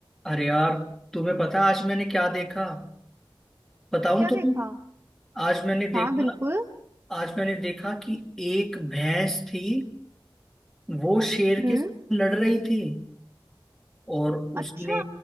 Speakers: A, in the centre; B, on the right.
A: अरे यार तुम्हें पता है आज मैंने क्या देखा बताऊं
B: क्या
A: तो
B: देखा
A: तुम आज मैंने देखा
B: हाँ बिल्कुल
A: आज मैंने देखा कि एक भैंस थी वो शेर
B: हम्म
A: के साथ लड़ रही थी और उसने
B: अच्छा